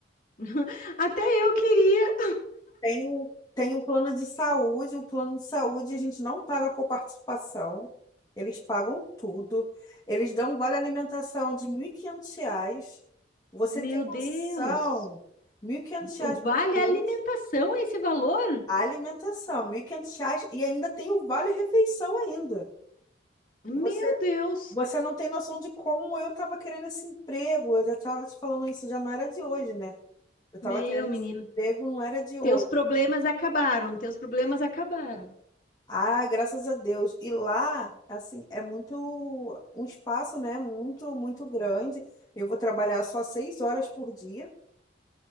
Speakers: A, on the left; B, on the left.
A: <laughs> Até eu queria.
B: Tem um, tem um plano de saúde, o plano de saúde a gente não paga coparticipação, eles pagam tudo, eles dão um vale alimentação de 1.500 reais, você
A: Meu
B: tem
A: Deus,
B: noção, 1.500 reais
A: O vale
B: por mês,
A: a alimentação é esse valor?
B: alimentação, 1.500 reais e ainda tem o vale refeição ainda.
A: Meu
B: Você,
A: Deus.
B: você não tem noção de como eu estava querendo esse emprego, eu já estava te falando isso, já não era de hoje, né? Eu estava
A: Meu
B: querendo
A: menino,
B: esse emprego, não era de hoje.
A: teus problemas acabaram, teus problemas acabaram.
B: Ah, graças a Deus. E lá, assim, é muito, um espaço, né? Muito, muito grande. Eu vou trabalhar só seis horas por dia